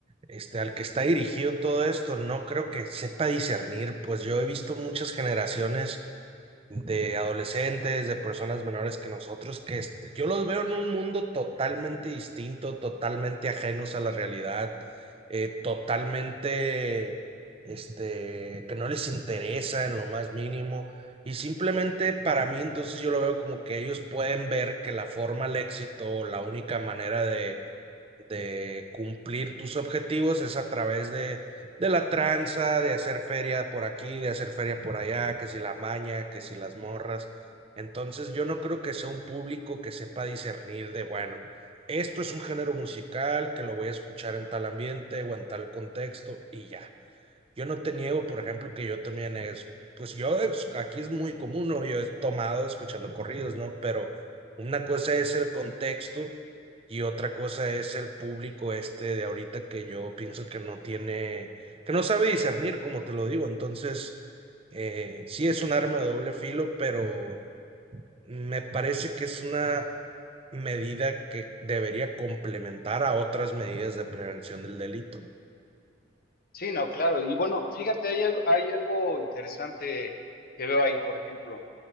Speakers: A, on the right; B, on the left.
A: este, al que está dirigido todo esto, no creo que sepa discernir, pues yo he visto muchas generaciones de adolescentes, de personas menores que nosotros, que est- yo los veo en un mundo totalmente distinto, totalmente ajenos a la realidad, eh, totalmente, este, que no les interesa en lo más mínimo. Y simplemente para mí, entonces yo lo veo como que ellos pueden ver que la forma al éxito, la única manera de de cumplir tus objetivos es a través de, de la tranza, de hacer feria por aquí, de hacer feria por allá, que si la maña, que si las morras. Entonces yo no creo que sea un público que sepa discernir de, bueno, esto es un género musical que lo voy a escuchar en tal ambiente o en tal contexto y ya. Yo no te niego, por ejemplo, que yo también es, pues yo es- aquí es muy común, ¿no? Yo he tomado escuchando corridos, ¿no? Pero una cosa es el contexto y otra cosa es el público este de ahorita que yo pienso que no tiene, que no sabe discernir, como te lo digo. Entonces, eh, sí es un arma de doble filo, pero me parece que es una medida que debería complementar a otras medidas de prevención del delito.
B: Sí, no, claro. Y bueno, fíjate, hay, al- hay algo interesante que veo ahí, por ejemplo.